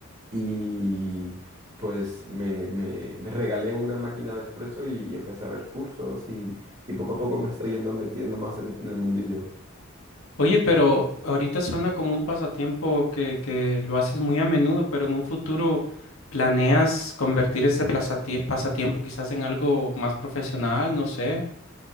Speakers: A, on the right (about 40°); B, on the left (about 75°).
A: Y pues me, me- me regalé una máquina de espresso y, y empecé a ver cursos y, y poco a poco me estoy yendo metiendo más en, en el mundillo.
B: Oye, pero ahorita suena como un pasatiempo que, que lo haces muy a menudo, pero en un futuro planeas convertir ese plasatie- pasatiempo quizás en algo más profesional, no sé.